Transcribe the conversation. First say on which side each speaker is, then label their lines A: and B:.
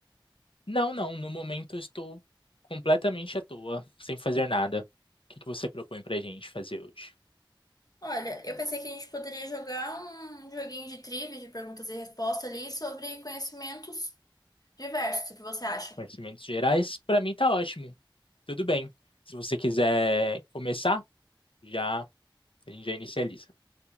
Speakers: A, on the left; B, on the left.
A: Não, não, no momento eu estou completamente à toa, sem fazer nada. O que que você propõe pra gente fazer hoje?
B: Olha, eu pensei que a gente poderia jogar um joguinho de trivia, de perguntas e respostas ali sobre conhecimentos diversos. O que você acha?
A: Conhecimentos gerais, pra mim tá ótimo. Tudo bem. Se você quiser começar, já a gente já inicializa.